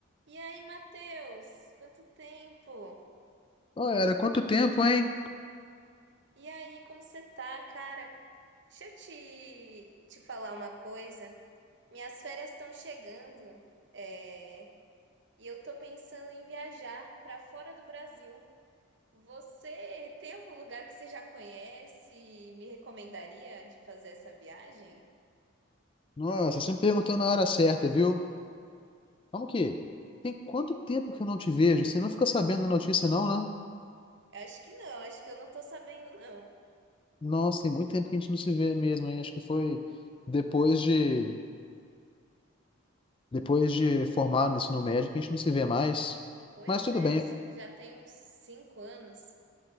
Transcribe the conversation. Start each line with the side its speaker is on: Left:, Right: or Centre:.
Right: E aí, Matheus? Quanto tempo?
Left: Ô, era quanto tempo, hein?
Right: E aí, como você tá, cara? Deixa eu te, te falar uma coisa. Minhas férias estão chegando, é, e eu tô pensando em viajar para fora do Brasil. Você tem algum lugar que você já conhece e me recomendaria de fazer essa viagem?
Left: Nossa, você me perguntou na hora certa, viu? Como que? Tem quanto tempo que eu não te vejo? Você não fica sabendo da notícia, não, né?
Right: Acho que não, acho que eu não tô sabendo, não.
Left: Nossa, tem muito tempo que a gente não se vê mesmo, hein? Acho que foi depois de depois de formar no ensino médio que a gente não se vê mais.
Right: Pois
Left: Mas tudo
Right: é,
Left: bem,
Right: acho
Left: é
Right: que já tem uns cinco anos.